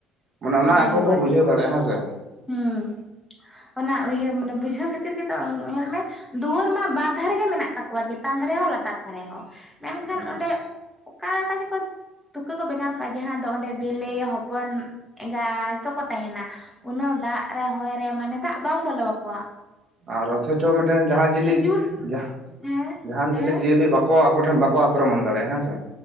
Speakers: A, on the right; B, in the centre.
A: ᱢᱟᱱᱮ ᱚᱱᱟ
B: ᱦᱳᱭ
A: ᱟᱠᱚ
B: ᱦᱳᱭ
A: ᱠᱚ ᱵᱩᱡᱷᱟᱹᱣ ᱫᱟᱲᱮᱭᱟᱜᱼᱟ ᱦᱮᱸ ᱥᱮ
B: ᱦᱩᱸ ᱚᱱᱟ ᱚᱭᱟᱹ ᱢᱟᱱᱮ ᱵᱩᱡᱷᱟᱹᱣ ᱠᱷᱟᱹᱛᱤᱨ ᱜᱮᱛᱚ ᱧᱮᱞ ᱢᱮ ᱫᱩᱣᱟᱹᱨ ᱢᱟ ᱵᱟᱨ ᱫᱷᱟᱨᱮ ᱜᱮ ᱢᱮᱱᱟᱜ ᱛᱟᱠᱚᱣᱟ ᱪᱮᱛᱟᱱ ᱫᱷᱟᱨᱮ ᱦᱚᱸ ᱞᱟᱛᱟᱨ ᱫᱷᱟᱨᱮ ᱦᱚᱸ ᱢᱮᱱᱠᱷᱟᱱ
A: ᱦᱮᱸ
B: ᱚᱸᱰᱮ ᱚᱠᱟᱞᱮᱠᱟ ᱪᱚᱠᱚ ᱛᱩᱠᱟᱹ ᱠᱚ ᱵᱮᱱᱟᱣ ᱠᱟᱜᱼᱟ ᱡᱟᱦᱟᱸ ᱫᱚ ᱚᱸᱰᱮ ᱵᱮᱞᱮ ᱦᱚᱯᱚᱱ ᱮᱸᱜᱟ ᱡᱚᱛᱚ ᱠᱚ ᱛᱟᱦᱮᱱᱟ ᱩᱱᱟᱹᱜ ᱫᱟᱜ ᱨᱮ ᱦᱚᱭ ᱨᱮ ᱢᱟᱱᱮ ᱫᱟᱜ ᱵᱟᱝ ᱵᱚᱞᱚᱣᱟᱠᱚᱣᱟ
A: ᱟᱨ ᱚᱛᱷᱚᱪᱚ ᱢᱮᱫᱴᱮᱱ ᱡᱟᱦᱟᱸ ᱡᱤᱞᱤᱥ
B: ᱠᱷᱤᱡᱩᱨ
A: ᱡᱟᱦ
B: ᱦᱮᱸ
A: ᱡᱟᱦᱟᱱ
B: ᱦᱮᱸ
A: ᱡᱤᱞᱤ ᱡᱤᱭᱟᱹᱞᱤ ᱵᱟᱠᱚ ᱟᱠ ᱟᱠᱚ ᱴᱷᱮᱱ ᱵᱟᱠᱚ ᱟᱠᱨᱚᱢᱚᱱ ᱫᱟᱲᱭᱟᱜᱼᱟ ᱦᱮᱸ ᱥᱮ